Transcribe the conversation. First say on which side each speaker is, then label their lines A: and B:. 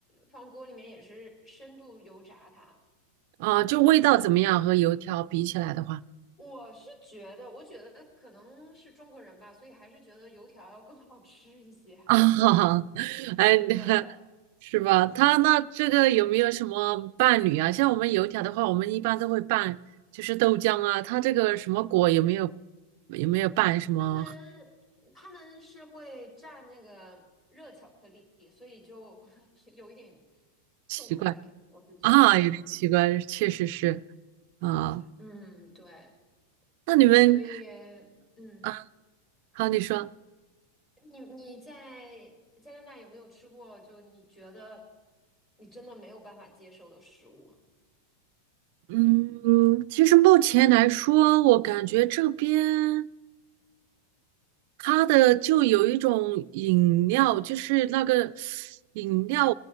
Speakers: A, on the left; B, on the right.
A: 放锅里面也是深度油炸它。
B: 啊，就味道怎么样和油条比起来的话，
A: 我是觉得，我觉得可能是中国人吧，所以还是觉得油条要更 <laughs> 好吃一些。
B: 啊，<laughs> 哎，
A: 对，
B: <laughs> 是吧？他那这个有没有什么伴侣啊？像我们油条的话，我们一般都会拌，就是豆浆啊。他这个什么果有没有有没有拌什么
A: 他们他们是会蘸那个热巧克力，所以就 <laughs> 有一点
B: 奇怪
A: 重口味，我是觉得，
B: 啊？有点奇怪，确实是啊。
A: 嗯，对，
B: 那你们
A: 所以嗯。
B: 啊，好，你说，
A: 你你在加拿大有没有吃过就你觉得你真的没有办法接受的食物？
B: 嗯，其实目前来说，我感觉这边。它的就有一种饮料，就是那个饮料，